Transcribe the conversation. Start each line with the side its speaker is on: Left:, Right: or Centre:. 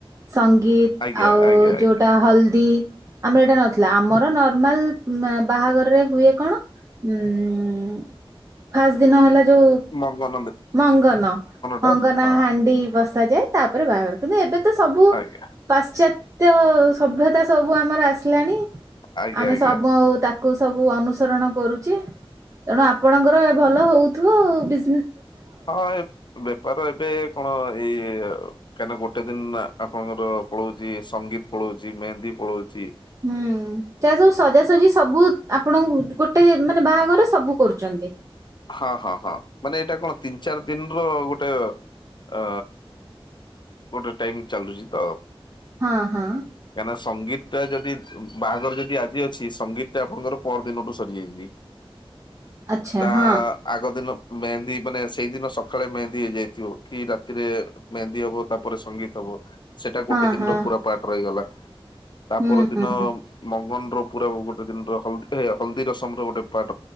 Right: ସଙ୍ଗୀତ
Left: ଆଜ୍ଞା
Right: ଆଉ
Left: ଆଜ୍ଞା ଆଜ୍ଞା।
Right: ଯୋଉଟା ହଳଦୀ ଆମର ଏଇଟା ନଥିଲା ଆମର ନର୍ମାଲ ବାହାଘରରେ ହୁଏ କଣ ହୁଁ। ଫାଷ୍ଟ ଦିନ ହେଲା ଯୋଉ
Left: ମଙ୍ଗନ
Right: ମଙ୍ଗନ
Left: ଟା
Right: ମଙ୍ଗନ
Left: ହଁ
Right: ହାଣ୍ଡି ବସ୍ ସା ଯାଏ ତାପରେ ବାହାଘର କିନ୍ତୁ ଏବେ ତ ସବୁ
Left: ଆଜ୍ଞା
Right: ପାଶ୍ଚାତ୍ ତ୍ୟ ସଭ୍ୟତା ସବୁ ଆମର ଆସିଲାଣି
Left: ଆଜ୍ଞା
Right: ଆମେ
Left: ଆଜ୍ଞା
Right: ସବୁ ତାକୁ କୁ ସବୁ ଅନୁସରଣ କରୁଚି ତେଣୁ ଆପଣଙ୍କର ଏ ଭଲ ହୋଉଥିବ ବି
Left: ହଁ ଏ ବେପାର ଏବେ କଣ ଏଇ କାହିଁକି ନା ଗୋଟେ ଦିନ ଆପଣଙ୍କର ପଳଉଚି ସଙ୍ଗୀତ ପଳଉଚି ମେହେନ୍ଦୀ ପଳଉଚି
Right: ହୁଁ ତାହା ସବୁ ସଜାସଜି ସବୁ ଆପଣଙ୍କୁ ଗୋଟେ ମାନେ ବାହାଘର ସବୁ କରୁଚନ୍ତି।
Left: ହଁ ହଁ ହଁ ମାନେ ଏଇଟା କଣ ତିନି ଚାରି ଦିନର ଗୋଟେ ଆ ଗୋଟେ ଟାଇମ୍ ଚାଲୁଚି ତ
Right: ହଁ ହଁ
Left: କାହିଁକିନା ସଙ୍ଗୀତ ପ୍ରାୟେ ଯଦି ବାହାଘର ଯଦି ଆଜି ଅଛି ସଙ୍ଗୀତ ଟା ଆପଣଙ୍କର ପର ଦିନଠୁ ସରିଯାଇଥିବ।
Right: ଆଛା ହଁ।
Left: ଆ ଆଗ ଦିନ ମେହେନ୍ଦୀ ମାନେ ସେଇଦିନ ସକାଳେ ମେହେନ୍ଦୀ ହେଇଯାଇଥିବ କି ରାତିରେ ମେହେନ୍ଦୀ ହବ ତାପରେ ସଙ୍ଗୀତ ହବ। ସେଇଟା
Right: ହଁ
Left: ଗୋଟେ ଦିନ
Right: ହଁ
Left: ର ପୁରା ପାର୍ଟ ରହିଗଲା ତା
Right: ହୁଁ
Left: ପର ଦିନ
Right: ହୁଁ
Left: ମଙ୍ଗନ ର ପୁରା ଗୋଟେ ଦିନ ହଦୀ ହଳଦୀ ରସମ ର ଗୋଟେ ପାଟ